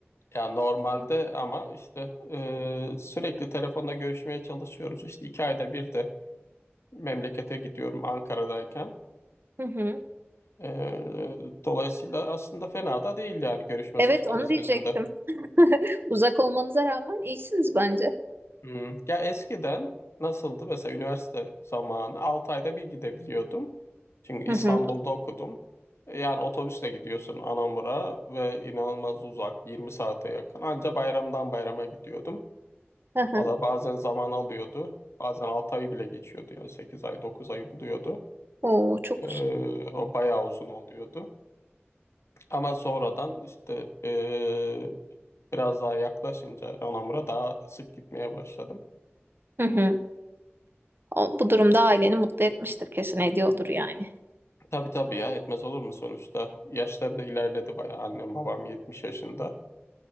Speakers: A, on the left; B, on the right.
A: Yani normalde ama işte e, sürekli telefonda görüşmeye çalışıyoruz. İşte iki ayda bir de memlekete gidiyorum Ankara'dayken.
B: Hı hı.
A: Ee, dolayısıyla aslında fena da değil yani görüşme
B: Evet
A: sıklığımız
B: onu diyecektim.
A: bizim de.
B: <laughs> Uzak olmanıza rağmen iyisiniz bence.
A: Hmm. Ya eskiden nasıldı? Mesela üniversite zamanı 6 ayda bir gidebiliyordum. Çünkü İstanbul'da
B: Hı hı.
A: okudum. E, Yani otobüsle gidiyorsun Anamur'a ve inanılmaz uzak 20 saate yakın. Anca bayramdan bayrama gidiyordum.
B: Hı hı.
A: Valla bazen zaman alıyordu. Bazen 6 ayı bile geçiyordu yani 8 ay 9 ayı buluyordu.
B: Oo çok
A: Ee,
B: uzun.
A: o bayağı uzun oluyordu. Ama sonradan işte ee, biraz daha yaklaşınca Anamur'a daha sık gitmeye başladım.
B: Hı hı. O, bu durumda aileni mutlu etmiştir kesin ediyordur yani.
A: Tabii tabii ya etmez olur mu sonuçta? Yaşları da ilerledi bayağı. Annem babam 70 yaşında.